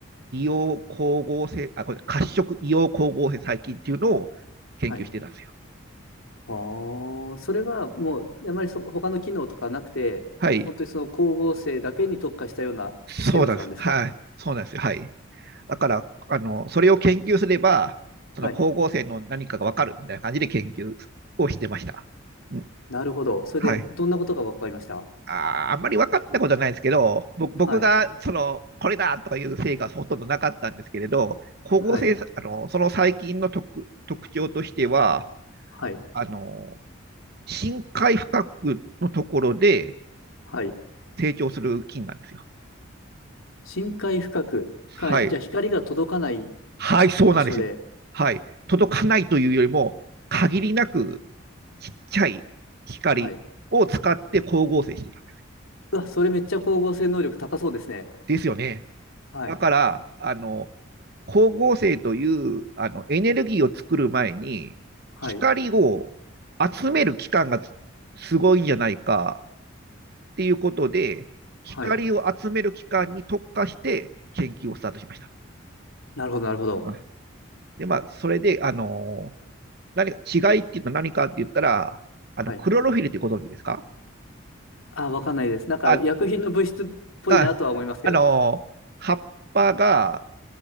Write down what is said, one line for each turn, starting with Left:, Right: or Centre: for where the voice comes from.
Right: 硫黄光合成、あ、これ、褐色硫黄光合成細菌っていうのを研究してたんですよ。
Left: はい。ああ、それはもう、あまりその他の機能とかなくて、
Right: はい。
Left: 本当にその光合成だけに特化したような生物なんですか
Right: そうなんです。はい。そうなんですよ。はい。だから、あの、それを研究すれば、その光合成の何かがわかるみたいな感じで研究をしてました。
Left: はい。
Right: うん。
Left: なるほど。それで、
Right: はい。
Left: どんなことが分かりました
Right: あー、あんまり分かったことはないですけど、ぼ僕が、
Left: はい。
Right: その、これだとかいう成果はほとんどなかったんですけれど、光合成、
Left: はい。
Right: あの、その細菌の特、特徴としては、
Left: はい。
Right: あの、深海深くのところで
Left: はい。
Right: 成長する菌なんですよ。
Left: 深海深く、
Right: はい。
Left: かなり、じゃあ光が届かない
Right: はい、そうなんですよ。
Left: 場所で、
Right: はい。届かないというよりも、限りなくちっちゃい光を使って光合成してた。
Left: はい。うわ、それめっちゃ光合成能力高そうですね。
Right: ですよね。
Left: はい。
Right: だから、あの、光合成というあのエネルギーを作る前に、
Left: はい。
Right: 光を集める期間がつすごいんじゃないかっていうことで、光を集める期間に特化して研究をスタートしました。
Left: はい。なるほど、なるほど。
Right: うんで、まあ、それで、あの何か違いっていうと何かって言ったら、あの、
Left: はい。
Right: クロロフィルってご存知ですか
Left: あわかんないです。なんか、
Right: あ、
Left: 薬品の物質っぽいなとは思いますけど。
Right: あ、あの、葉っぱが、